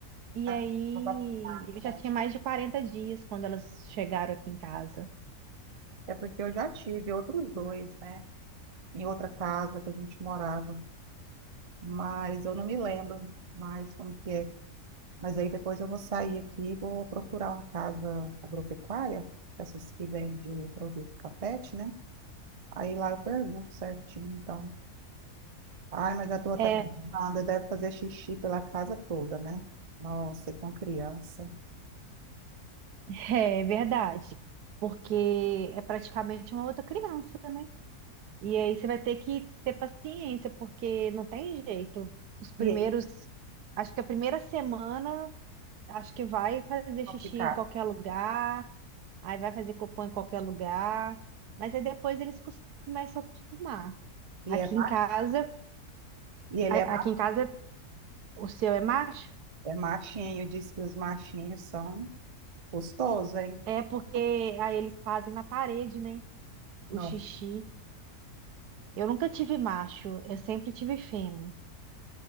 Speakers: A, on the right; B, on the right.
A: e
B: ah,
A: aí
B: não gosto de nada,
A: eu já
B: tá?
A: tinha mais de 40 dias quando elas chegaram aqui em casa.
B: é porque eu já tive outros dois, né? Em outra casa que a gente morava. Mas eu não me lembro mais como que é. Mas aí depois eu vou sair aqui e vou procurar uma casa agropecuária, essas que vendem produto capete, né? Aí lá eu pergunto certinho, então. Ai, mas já tô até
A: É,
B: pensando, deve fazer xixi pela casa toda, né? Nossa, e com criança.
A: É é verdade, porque é praticamente uma outra criança, né? E aí você vai ter que ter paciência, porque não tem jeito. Os primeiros,
B: E aí,
A: acho que a primeira semana, acho que vai fazer
B: vão
A: xixi
B: ficar.
A: em qualquer lugar, aí vai fazer cocô em qualquer lugar, mas aí depois eles cos- começam a acostumar.
B: E
A: Aqui
B: é macho,
A: em casa,
B: e ele
A: a-
B: é, macho-
A: aqui em casa o seu é macho,
B: é machinho, diz que os machinhos são gostosos, hein?
A: é porque aí eles fazem na parede, né? O
B: Não,
A: xixi. Eu nunca tive macho, eu sempre tive fêmea,